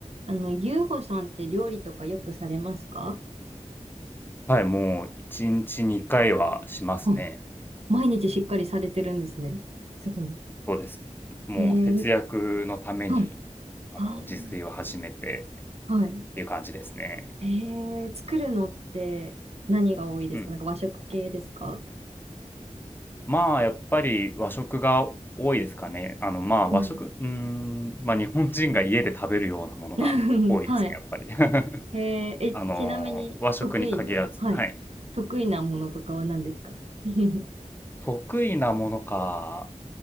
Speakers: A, on the right (about 55°); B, on the left (about 15°).
A: あの、ゆうほさんって料理とかよくされますか
B: はい、もう1日2回はしますね。
A: あ、毎日しっかりされてるんですね。すごい。
B: そうです。もう節約のために、
A: えー、はい。
B: あの、
A: あー、
B: 自炊を始めて
A: はい。
B: っていう感じですね。
A: えー、作るのって何が多いですかなんか和食系ですか
B: うん。まあ、やっぱり和食が多いですかね。あの、まあ、
A: うん。
B: 和食、うーん、ま、日本人が家で食べるようなものが多いですね、
A: <laughs> はい。
B: やっぱり。<laughs>
A: えー、え、
B: あの、
A: ちなみに得意な、
B: 和食に限らず、
A: はい。
B: はい。
A: 得意なものとかは何ですか <laughs>
B: 得意なものか、